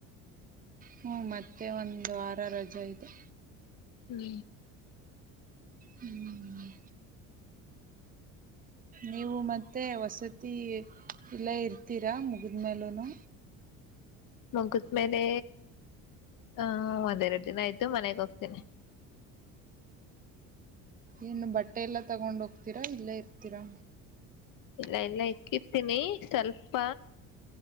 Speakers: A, on the right; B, on the left.
A: ಹ್ಮ ಮತ್ತೆ ಒಂದ್ ವಾರ ರಜೆ ಇದೆ
B: ಹ್ಮ್
A: ಹ್ಮ್ ನೀವು ಮತ್ತೆ ವಸತಿ ಇಲ್ಲ ಇರ್ತೀರಾ ಮಗ ಗೆದ್ಮೇಲನು
B: ಮುಗತ್ ಮೇಲೆ ಆಹ ಒಂದೆರಡು ದಿನ ಆಯ್ತು ಮನೆಗೆ ಹೋಗ್ತೇನೆ.
A: ಏನು ಬಟ್ಟೆ ಎಲ್ಲಾ ತಗೊಂಡ ಹೋಗ್ತೀರಾ ಇಲ್ಲೇ ಇಡ್ತೀರಾ?
B: ಇಲ್ಲ ಎಲ್ಲ ಇಕ್ಬಿಟ್ಟು ತನಿ ಸ್ವಲ್ಪ